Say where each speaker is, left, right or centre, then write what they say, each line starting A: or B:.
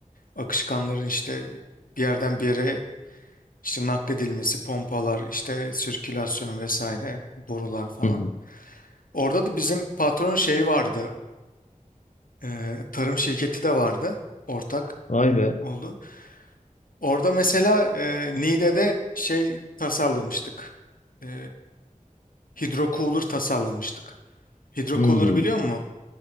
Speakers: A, on the left; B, on the left.
A: akışkanların işte bir yerden bir yere işte nakledilmesi, pompalar, işte sirkülasyon vesaire, borular falan.
B: hı hı.
A: Orada da bizim patronun şeyi vardı. e, tarım şirketi de vardı ortak
B: Vay be.
A: oldu. Orada mesela e, Niğde'de şey tasarlamıştık. E, hidrocooler tasarlamıştık. Hidrocooler'ı
B: Hmm.
A: biliyor musun?